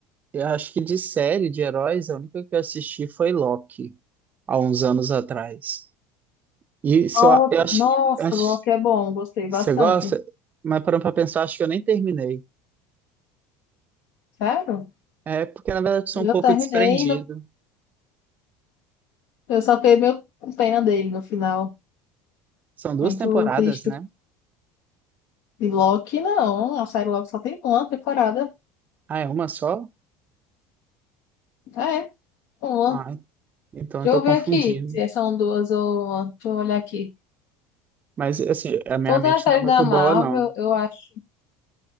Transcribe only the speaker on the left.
Nossa,
nossa,
Loki é bom, gostei
bastante.
Sério?
Eu
terminei,
no... eu só fiquei meio com pena dele no final.
Muito
triste.
De Loki, não. A série Loki só tem uma temporada.
É, uma.
Deixa
eu
ver aqui se são duas ou uma. Deixa eu olhar aqui.
Todas
as séries
da Marvel,
eu acho.